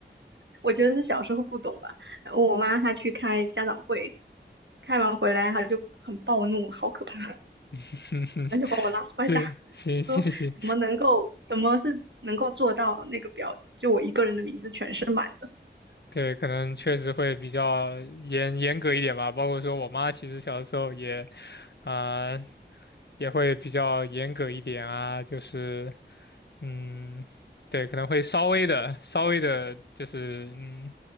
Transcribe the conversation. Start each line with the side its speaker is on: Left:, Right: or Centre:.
Right: 我觉得是小时候不懂吧，然后我妈她去开家长会，开完回来她就很暴怒，好可怕，然
Left: <laughs>
Right: 后就把我拉出来打，
Left: 对，行行行，
Right: 他说怎么能够，怎么是能够做到那个表，就我一个人的名字全是满的
Left: 对，可能确实会比较严严格一点吧。包括说我妈其实小的时候也，啊、也会比较严格一点啊，就是嗯，对，可能会稍微的稍微的，就是嗯，